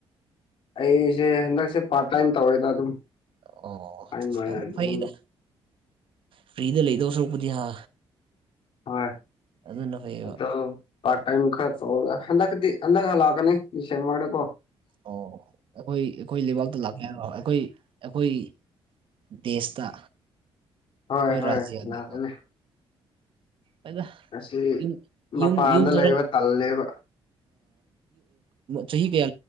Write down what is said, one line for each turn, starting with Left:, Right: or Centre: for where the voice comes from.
Left: ꯑꯩꯁꯦ ꯍꯟꯗꯛꯁꯦ ꯄꯥꯔꯠ ꯇꯥꯏꯝ ꯇꯧꯋꯦꯗ ꯑꯗꯨꯝ
Right: ꯑꯣ
Left: ꯇꯥꯏꯝ ꯑꯣꯏꯅ ꯑꯗꯨꯝ
Right: <unintelligible> ꯐꯩꯗ ꯐ꯭ꯔꯤꯗ ꯂꯩꯗꯧ ꯁꯔꯨꯛꯄꯨꯗꯤ ꯍꯥ
Left: ꯍꯣꯏ
Right: ꯑꯗꯨꯅ ꯐꯩꯌꯦꯕ
Left: ꯑꯗꯨꯣ ꯄꯥꯔꯠ ꯇꯥꯏꯝ ꯈꯔ ꯇꯧꯔꯒ ꯍꯟꯗꯛꯇꯤ ꯍꯟꯗꯛ ꯍꯂꯥꯛꯀꯅꯤ ꯗꯤꯁꯦꯝꯕꯔ ꯗꯀꯣ
Right: ꯑꯣ ꯑꯩꯈꯣꯏ ꯑꯩꯈꯣꯏ ꯂꯩꯕꯥꯛꯇ ꯂꯥꯛ ꯍꯥꯏꯔꯣ ꯑꯩꯈꯣꯏ ꯑꯩꯈꯣꯏ ꯗꯦꯁꯇ ꯑꯩꯈꯣꯏ
Left: ꯍꯣꯏ ꯍꯣꯏ
Right: ꯔꯥꯖꯤꯌꯥꯗ
Left: ꯂꯥꯛꯀꯅꯤ
Right: <unintelligible>
Left: ꯑꯁꯤ ꯃꯄꯥꯟꯗ
Right: ꯌꯨꯝ ꯌꯨꯝꯊꯣꯔꯛ
Left: ꯂꯩꯕ ꯇꯜꯂꯦꯕ
Right: ꯆꯍꯤ ꯀꯌꯥ